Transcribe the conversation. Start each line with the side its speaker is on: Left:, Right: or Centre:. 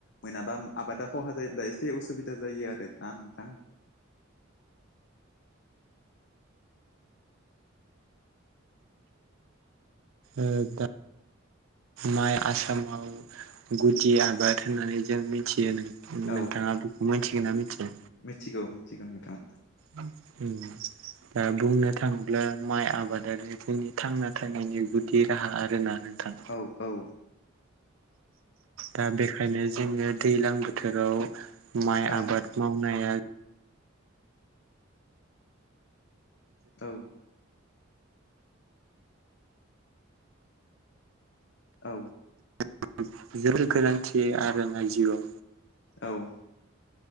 Left: मोनाबा आबादा खहा जायोब्ला एसे उसुबिदा जायो आरो ना नोंथां।
Right: ओ दा माइ आ आसाम आव गुदि आबाद होननानै जों मिथियो नों नोंथाङा
Left: औ
Right: बेखौ मिथिगोना मिथिया?
Left: मिथिगौ- मिथिगौ नोंथां।
Right: उम दा बुंनो थाङोब्ला माइ आबादानो जोंनि थांना थानायनि गुदि राहा आरोना नोंथां
Left: औ- औ
Right: दा बेखायनो जोङो दैलां बोथोराव माइ
Left: औ
Right: आबाद मावनाया
Left: औ, औ।
Right: जो <unintelligible> र गोनांथि आरो ना जिआव।
Left: औ,